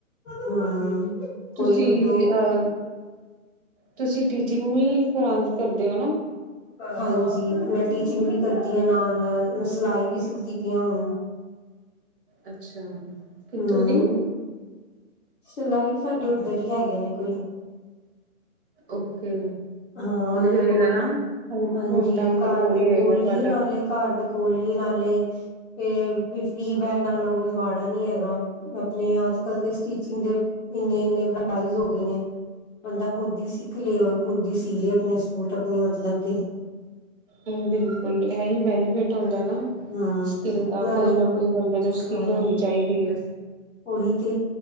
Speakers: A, on the left (about 50°); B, on the right (about 40°).
A: ਹਾਂ ਕੋਈ
B: ਤੁਸੀਂ
A: ਉੁਡੂ
B: ਅ ਤੁਸੀਂ ਟੀਚਿੰਗ ਵੀ ਕਰਦੇ ਹੋ ਨਾ
A: ਹਾਂਜੀ ਮੈਂ ਟੀਚਿੰਗ ਵੀ ਕਰਦੀ ਹਾਂ ਨਾਲ ਨਾਲ ਮੈਂ ਸਿਲਾਈ ਵੀ ਸਿੱਖਦੀ ਪਈ ਹਾਂ ਹੁਣ
B: ਅੱਛਾ ਕਿੱਥੋਂ
A: ਹਮ
B: ਦੀ
A: ਸਿਲਾਈ ਸਾਡੇ ਉੱਧਰ ਹੀ ਹੈਗੇ ਨੇ ਕੋਈ
B: ਓਕੇ
A: ਹਾਂ ਉਹਨਾਂ ਦੇ
B: ਹੋਏਗਾ
A: ਕੋਲ
B: ਨਾ
A: ਹੀ
B: ਹੋਮ
A: ਹਾਂਜੀ
B: ਹੋਮ ਟਾਊਨ
A: ਘਰ ਦੇ
B: ਹੀ
A: ਕੋਲ
B: ਹੋਏਗਾ ਤੁਹਾਡਾ
A: ਹੀ ਨਾਲੇ ਘਰ ਦੇ ਕੋਲ ਹੀ ਨਾਲੇ ਫਰੀ ਬਹਿਣ ਨਾਲੋਂ ਮਾੜਾ ਨੀ ਹੈਗਾ ਆਪਣੇ ਅੱਜ ਕੱਲ ਤੇ ਸਟਿਚਿੰਗ ਦੇ ਇੰਨੇ ਇੰਨੇ ਪ੍ਰਾਈਜ ਹੋ ਗਏ ਨੇ ਬੰਦਾ ਖੁੱਦ ਹੀ ਸਿੱਖ ਲਏ ਓ ਖੁੱਦ ਹੀ ਸੀ ਲਏ ਆਪਣੇ ਸੂਟ ਆਪਣੇ ਮਤਲਬ ਦੇ
B: ਹਮ ਬਿਲਕੁਲ ਇਹੀ ਬੈਨੀਫਿਟ ਹੁੰਦਾ ਨਾ
A: ਹੂੰ
B: ਸਕਿੱਲ ਦਾ
A: ਨਾਲੇ
B: ਕੋਈ ਨਾ ਕੋਈ ਬੰਦੇ ਨੂੰ ਸਕਿੱਲ
A: ਹਾਂ
B: ਹੋਣੀ ਚਾਹੀਦੀ ਹੈ
A: ਉਹੀ ਤੇ